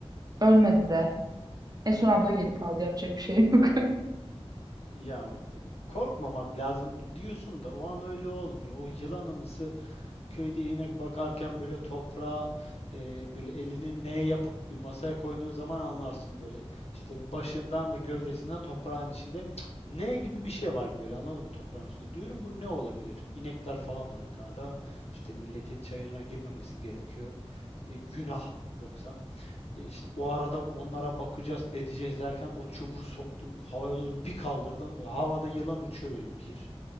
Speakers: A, on the right (about 40°); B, on the left (about 85°).
A: Ölmedi de. En son abla gelip aldı yapacak bir şey yok.
B: Ya korkmamak lazım diyorsun da o an öyle olmuyor. O yılan anısı köyde inek bakarken böyle toprağa e, böyle elini ne yapıp bir masaya koyduğun zaman anlarsın böyle. İşte başından ve gövdesinden toprağın içinde "Cık, ne gibi bir şey var böyle anladın mı toprağın üstünde. Diyorum bu ne olabilir? İnekler falan var yukarıda. İşte milletin çayırına girmemesi gerekiyor. E, günah yoksa. E İşte o arada onlara bakacağız, edeceğiz derken o çubuğu soktum, havaya doğru bir kaldırdım. Böyle Havada yılan uçuyor böyle. Bir,